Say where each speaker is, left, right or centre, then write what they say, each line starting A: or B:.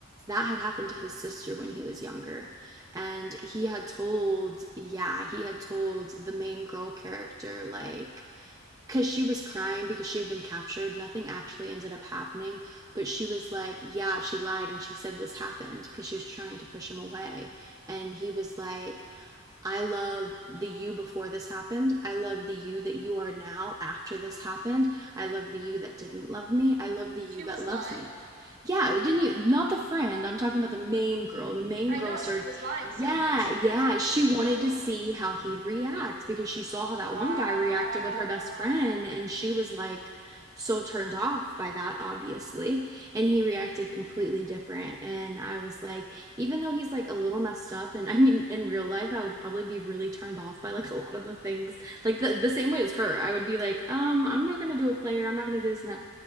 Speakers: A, on the right; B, on the right.
A: that had happened to his sister when he was younger. And he had told, yeah, he had told the main girl character, like, because she was crying because she had been captured. Nothing actually ended up happening. But she was like, yeah, she lied and she said this happened because she was trying to push him away. And he was like, I love the you before this happened. I love the you that you are now after this happened. I love the you that didn't love me. I love the you
B: She was
A: that loves
B: lying.
A: me. Yeah, it didn't you? Not the friend. I'm talking about the main girl. The main
B: I
A: girl
B: know
A: started,
B: she was lying,
A: yeah,
B: saying that she did
A: yeah.
B: so he
A: She
B: would
A: wanted
B: leave her alone.
A: to see how he'd react because she saw how
B: Wow.
A: that one guy reacted with her best friend and she was like so turned off by that, obviously. And he reacted completely different. And I was like, even though he's like a little messed up and i mean in real life i would probably be really turned off by like a lot of the things like the, the same way as her i would be like um i'm not gonna do a player i'm not gonna do this and that